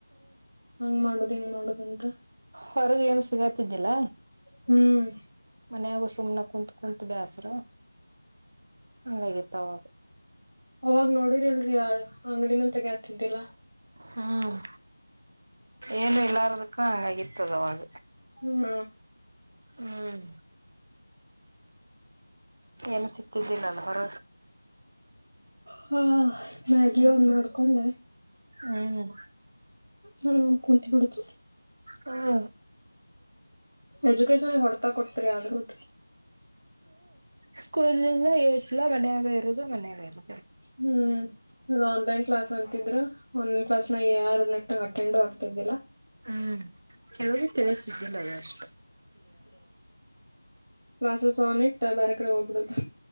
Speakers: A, on the right; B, on the right.
A: ಹಂಗ್ ಮಾಡುದು ಹೆಂಗ್ ಮಾಡುದಂತ
B: ಹೊರಗ ಏನು ಸಿಗತಿದ್ದಿಲ್ಲ
A: ಹ್ಮ್
B: ಮನಯಾಗ ಸುಮ್ಮ್ನೆ ಕುೂತ್ು ಕುೂಂತು ಬೇಸರು ಹಾಗಿತ್ತಾವ
A: ಅವಾಗ ನೋಡಿರಿಲ್ರಿ ಆ ಅಂಗಡಿನ ತಗತಿದ್ದಿಲ್ಲಾ
B: ಹ್ಮ್ ಏನು ಇಲ್ಲಾರದಕ್ಕೂ ಆಗಿತ್ತದವಾಗ
A: ಹ್ಮ್
B: ಹ್ಮ್ ಏನು ಸಿಕ್ತಿದ್ದಿ ನಾನು ಹೊರ
A: ಹಾ ಮ್ಯಾಗಿ
B: ಹ್ಮ್
A: ಒಂದ್ ಮಾಡ್ಕೊಂಡೆ
B: ಹ್ಮ್
A: ಹಾ ಕುಂತ ಬಿಡತ
B: ಹ್ಮ್
A: ಎಜುಕೇಶನ್ಗ ಹೊಡ್ತಾ ಕೊಡ್ತರಿ ಆದ್ರೂ್ದ
B: ಸ್ಕೂಲ್ಂದ ಏಟ್ಲ ಮನಾಗೇ ಇರುದು ಮನಾಗ ಇರದು
A: ಹ್ಮ್ ಅದು ಆನ್ಲೈನ್ ಕ್ಲಾಸ್ ಅಂತ ಒಂದ್ ಕ್ಲಾಸ್ ನಾಗ ಯಾರು ನೆಟ್ಟಂಗ ಅಟೆಂಡು ಆಗ್ತಿದ್ದಿಲ್ಲಾ
B: ಹ್ಮ್ ಕೆೇಳ ತಿಳಿದ್ದಿಲ್ಲ ಅಷ್ಟೆ
A: ಕ್ಲಾಸಸ್ ಆನ ಇಟ್ ಬೇರೆ ಕಡೆ ಹೋಗ್ಬಿಡದು